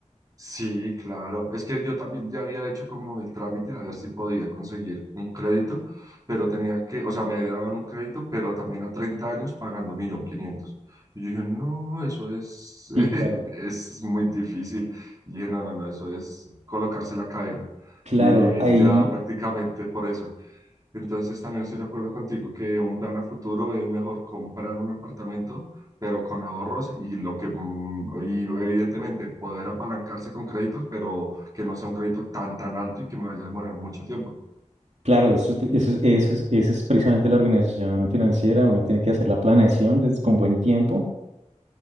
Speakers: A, on the right; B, on the right.
A: Sí, claro. Es que yo también ya había hecho como el trámite a ver si podía conseguir un crédito, pero tenía que, o sea, me daban un crédito, pero también a 30 años pagando un millón quinientos. Y yo dije, no, eso es, <laughs>
B: Sí, claro.
A: es muy difícil. Y dije, no, no, no, eso es colocarse la cadena
B: Claro,
A: y vivir
B: ahí,
A: ya prácticamente por eso. Entonces también estoy de acuerdo contigo que un plan a futuro es mejor comprar un apartamento pero con ahorros y lo que, mm, y evidentemente poder apalancarse con créditos, pero que no sea un crédito tan, tan alto y que me vaya a demorar mucho tiempo.
B: claro, eso, es- eso, es- eso, es- eso es precisamente la organización financiera. Uno tiene que hacer la planeación desde, con buen tiempo